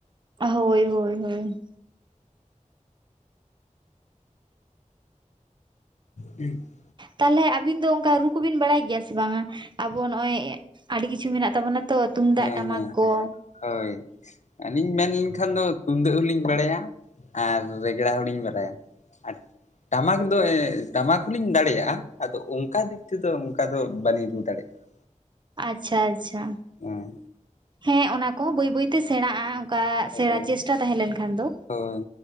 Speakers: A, on the right; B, on the left.
A: ᱦᱳᱭ ᱦᱳᱭ ᱦᱳᱭ
B: ᱦᱮᱸ <unintelligible>
A: ᱛᱟᱦᱚᱞᱮ ᱟᱵᱤᱱ ᱫᱚ ᱚᱱᱠᱟ ᱨᱩ ᱠᱚᱵᱤᱱ ᱵᱟᱲᱟᱭ ᱜᱮᱭᱟ ᱥᱮ ᱵᱟᱝᱟ ᱟᱵᱚ ᱱᱚᱜᱼᱚᱭ ᱟᱹᱰᱤ ᱠᱤᱪᱷᱩ ᱢᱮᱱᱟᱜ ᱛᱟᱵᱚᱱᱟ ᱛᱚ ᱛᱩᱢᱫᱟᱜ
B: ᱦᱮᱸ
A: ᱴᱟᱢᱟᱠ
B: ᱦᱮᱸ
A: ᱠᱚ
B: ᱦᱳᱭ ᱟᱹᱞᱤᱧ ᱢᱮᱱᱞᱮᱱᱠᱷᱟᱱ ᱫᱚ ᱛᱩᱢᱫᱟᱹᱜ ᱦᱚᱞᱤᱧ ᱵᱟᱲᱟᱭᱟ᱾ ᱟᱨ ᱨᱮᱜᱽᱲᱟ ᱦᱚᱞᱤᱧ ᱵᱟᱲᱟᱭᱟ ᱟᱨ ᱴᱟᱢᱟᱠ ᱫᱚ ᱴᱟᱢᱟᱠ ᱦᱚᱞᱤᱧ ᱫᱟᱲᱮᱭᱟᱜᱼᱟ ᱟᱫᱚ ᱚᱱᱠᱟ ᱫᱤᱠ ᱛᱮᱫᱚ ᱚᱱᱠᱟ ᱫᱚ ᱵᱟᱟᱹᱞᱤᱧ ᱨᱩ ᱫᱟᱲᱮᱭᱟᱜᱼᱟ‍᱾ <inaudible>
A: ᱟᱪᱪᱷᱟ ᱟᱪᱪᱷᱟ
B: ᱮᱸ
A: ᱦᱮᱸ ᱚᱱᱟ ᱠᱚ ᱦᱚ ᱵᱟᱹᱭ ᱵᱟᱹᱭ ᱛᱮ ᱥᱮᱬᱟᱜᱼᱟ ᱚᱱᱠᱟ
B: ᱦᱳᱭ
A: ᱥᱮᱬᱟ ᱪᱮᱥᱴᱟ ᱛᱟᱦᱮᱸ ᱞᱮᱱ ᱠᱷᱟᱱ ᱫᱚ
B: ᱦᱳᱭ